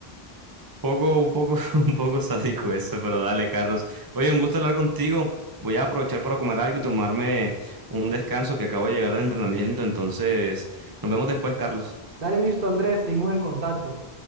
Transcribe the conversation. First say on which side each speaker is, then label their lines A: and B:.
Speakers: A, on the right (about 25°); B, on the right (about 60°).
A: Poco, un poco, <laughs> un poco sádico eso, pero dale, Carlos. Oye, un gusto hablar contigo. Voy a aprovechar para comer algo y tomarme un descanso que acabo de llegar al entrenamiento. Entonces, nos vemos después, Carlos.
B: Dale, listo, Andrés, seguimos en contacto.